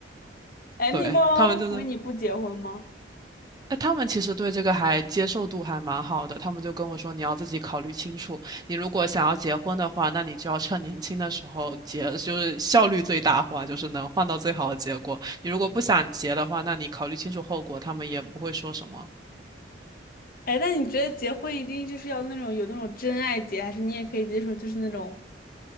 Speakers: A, on the left; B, on the right.
A: 那你爸爸妈妈会同意你不结婚吗？
B: 对，他们就是哎，他们其实对这个还接受度还蛮好的，他们就跟我说，你要自己考虑清楚，你如果想要结婚的话，那你就要趁年轻的时候结，就是效率最大化，就是能换到最好的结果。你如果不想结的话，那你考虑清楚后果，他们也不会说什么。
A: 哎，那你觉得结婚一定就是要那种有那种真爱结，还是你也可以接受就是那种